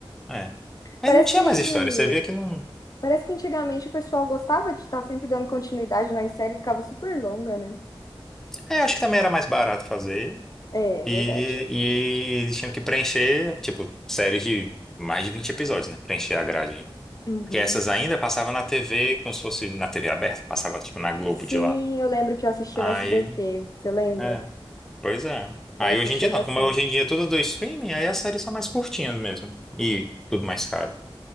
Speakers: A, in the centre; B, on the left.
A: É. Mas
B: Parece
A: não tinha
B: que,
A: mais história, você via que não.
B: parece que antigamente o pessoal gostava de estar sempre dando continuidade nas séries, ficava super longa, né?
A: É, acho que também era mais barato fazer.
B: É, é
A: E,
B: verdade.
A: e eles tinham que preencher, tipo, séries de mais de 20 episódios, né? Preencher a grade.
B: Uhum.
A: Porque essas ainda passavam na TV, como se fosse na TV aberta, passava, tipo, na Globo
B: Sim,
A: de lá.
B: eu lembro que eu assistia
A: Aí,
B: no SBT. Você lembra?
A: é, pois é. Aí
B: Eu assistia
A: hoje em dia
B: bastante.
A: não, como hoje em dia é tudo do streaming, aí as séries são mais curtinhas mesmo. E tudo mais caro.